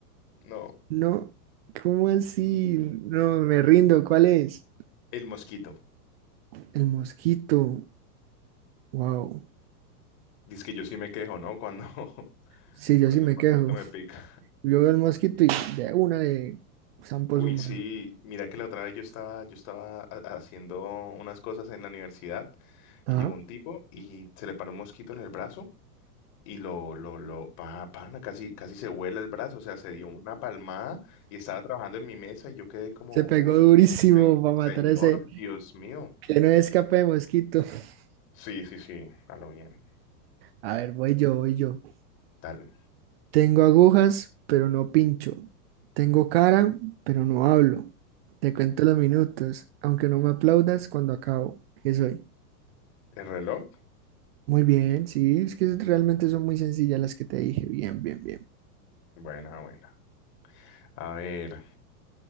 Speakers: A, on the left; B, on the right.
A: No,
B: No, ¿cómo así? No, me rindo. ¿Cuál es?
A: el mosquito.
B: El mosquito. Wow.
A: Dice que yo sí me quejo, ¿no? Cuando, <laughs>
B: Sí, yo
A: cuando
B: sí me
A: el mosquito
B: quejo.
A: me pica.
B: Yo veo el mosquito y de una de zampo
A: Uy,
B: su mano.
A: sí, mira que la otra vez yo estaba, yo estaba ha- haciendo unas cosas en la universidad
B: Ajá.
A: y llegó un tipo y se le paró un mosquito en el brazo Y lo, lo, lo, pa- pana, casi, casi se vuela el brazo, o sea, se dio una palmada y estaba trabajando en mi mesa y yo quedé como,
B: Se pegó
A: uy,
B: durísimo
A: se-
B: para matar
A: señor,
B: a ese.
A: Dios mío.
B: Que no escape de mosquito. <laughs>
A: Sí, sí, sí, a lo bien.
B: A ver, voy yo, voy yo.
A: Dale.
B: Tengo agujas, pero no pincho. Tengo cara, pero no hablo. Te cuento los minutos, aunque no me aplaudas cuando acabo. ¿Qué soy?
A: ¿El reloj?
B: Muy bien, sí, es que realmente son muy sencillas las que te dije. Bien, bien, bien.
A: Buena, buena. A ver,